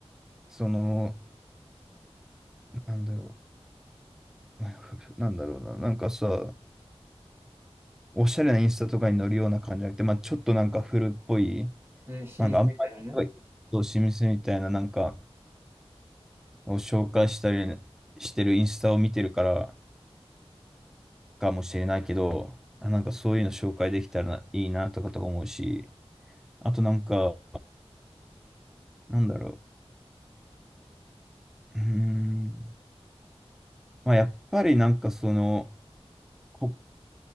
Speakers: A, in the centre; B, on the right (about 20°).
A: その、なんだろう、<laughs> なんだろうな、なんかさ、おしゃれなインスタとかに載るような感じじゃなくて、まあ、ちょっとなんか古っぽい、
B: うん、老舗みたいなね。
A: なんかあんまりこうそうミスみたいななんかを紹介したりしてるインスタを見てるからかもしれないけど、あなんかそういうの紹介できたらいいなとかとか思うし、あとなんか、なんだろう、うーん、まあ、やっぱりなんかその、こ、